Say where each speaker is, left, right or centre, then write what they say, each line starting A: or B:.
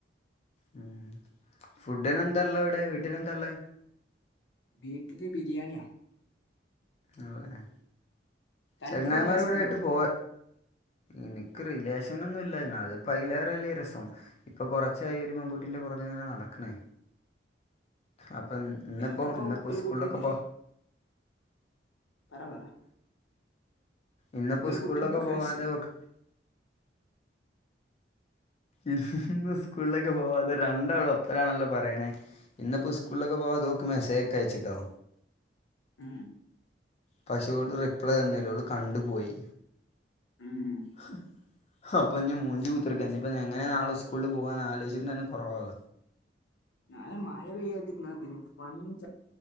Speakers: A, on the left; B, on the left.
A: ഉം ഫുഡിനെന്താള്ളത് അവ്ടെ വീട്ടിലെന്താള്ളേ?
B: വീട്ടില് ബിരിയാണിയാ
A: ഓഹ് എഹ്
B: തനിക്ക്
A: ചെങ്ങായിമാരൂടെ
B: റിലേഷൻ
A: കൂടായ്ട്ട്
B: ഉണ്ടോ
A: പോവ് ഇനിക്ക് റിലേഷനൊന്നുല്ലയ് അത്പ്പയിലേറെ വല്ല്യ രസം. ഇപ്പൊ കൊറച്ചായി ഒര് പെൺകുട്ടിയിന്റെ പൊറകെങ്ങനെ നടക്ക്ണ്. അപ്പംന്ന്പ്പോ
B: എനിക്കിപ്പോ
A: ഇന്ന്പ്പോ
B: ഒരു
A: ഉസ്കൂളിലൊക്കെപൊ
B: കുട്ടീനെ പറ പറ
A: ഇന്ന്പ്പോ
B: എനിക്കൊരു
A: ഉസ്കൂളിലൊക്കെ
B: കുട്ടീനെ ഇപ്പൊ ക്രഷ്
A: പോവാതെ ഓക്ക് ഇസ്സ് ഇന്ന് ഇസ്കൂളിലൊക്കെ പോവാതെ രണ്ടാള് ഒപ്പരാണല്ലോ പറയണേ ഇന്നിപ്പോ ഉസ് കൂള്ലേക്ക് പോകാതെ ഓക്ക് മെസ്സേജോക്കെയച്ച്ട്ടോ
B: ഉം
A: പഷെ ഓൾ റിപ്ലൈ തന്നില ഓൾ കണ്ട്പോയി
B: ഉം
A: ഹ് ഹ അപ്പൊഞ്ഞി മൂഞ്ചി കുത്തർക്ക ഇഞ്ഞിപ്പെന്നെങ്ങെനെ ന്നാളെ ഉസ്കൂളില് പോവാന്ന് ആലോച്ചിട്ടന്നെ കൊറവാക
B: ന്നാളെ മഴ പെയ്യാതിര്ന്നാതിയെനി വണ്ടി ച